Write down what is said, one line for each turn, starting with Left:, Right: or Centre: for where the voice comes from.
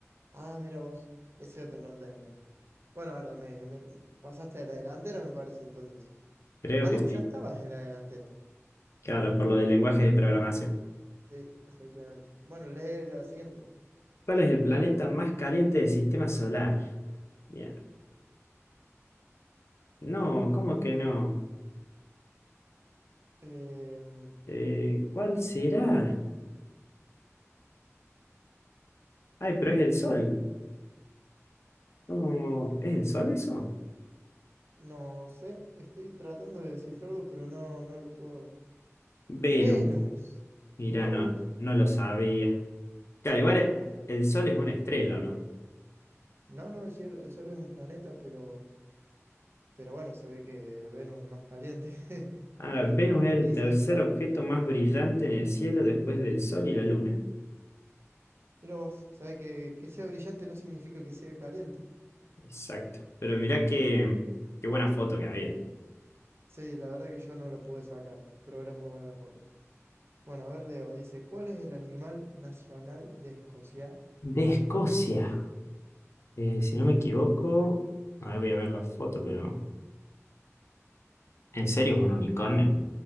Right: Ah, mira vos. Es cierto, no lo tenía. Bueno, ahora me, me pasaste a la delantera, me parece entonces.
Left: Creo
Right: Ah,
Left: que
Right: no,
Left: sí.
Right: ya estabas en la delantera.
Left: Claro, por lo del lenguaje de programación.
Right: Sí, efectivamente. Bueno, lee la siguiente.
Left: ¿Cuál es el planeta más caliente del sistema solar? Bien. No, ¿cómo que no?
Right: Em,
Left: Eh, ¿cuál será? Ay, pero es el Sol. ¿Cómo? ¿Es el Sol eso?
Right: no sé, estoy tratando de descifrarlo, pero no, no lo puedo.
Left: Venus.
Right: Venus.
Left: Mira,
Right: Mira
Left: no,
Right: vos.
Left: no lo sabía. Claro,
Right: Yo
Left: igual
Right: tampoco.
Left: el Sol es una estrella, ¿no?
Right: No, no, el cielo- el Sol es un planeta, pero, pero bueno, se ve que el Venus es más caliente. <laughs>
Left: Ahora, Venus es
Right: Dice,
Left: el tercer objeto más brillante en el cielo después del Sol y la Luna.
Right: mira vos, sabe que, que sea brillante no significa que sea caliente.
Left: Exacto. Pero mirá qué, qué buena foto que había.
Right: Sí, la verdad que yo no lo pude sacar, pero era muy buena la foto. Bueno, a ver, Leo, dice, ¿cuál es el animal nacional de Escocia?
Left: De Escocia. Eh, si no me equivoco, ahora voy a ver la foto, pero... ¿En serio es un unicornio?